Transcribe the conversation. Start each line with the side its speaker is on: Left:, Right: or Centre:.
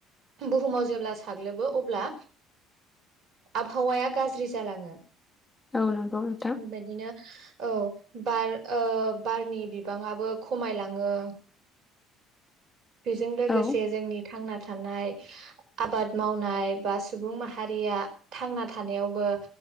Right: बुहुमाव जेब्ला साग्लोबो अब्ला आबहावाया गाज्रि जालाङो
Left: औ नंगौ नोंथां
Right: बेबायदिनो औ बार बारनि बिबाङाबो खमायलाङो बेजों लोगोसे
Left: औ
Right: जोंनि थांना थानाय आबाद मावनाय बा सुबुं माहारिया थांना थानायावबो